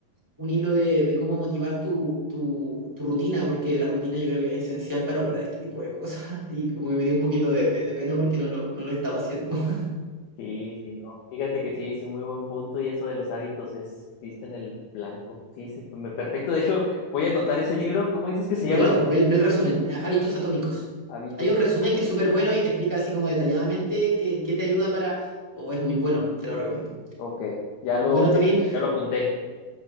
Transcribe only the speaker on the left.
Sí, sí, no. Fíjate que sí, sí, muy buen punto y eso de los hábitos es, diste en el blanco. Sí, sí, me- perfecto. De hecho, voy a anotar ese libro. ¿Cómo dices que se
llama?
Hábitos.
Ok, ya lo,
ya, ya lo apunté.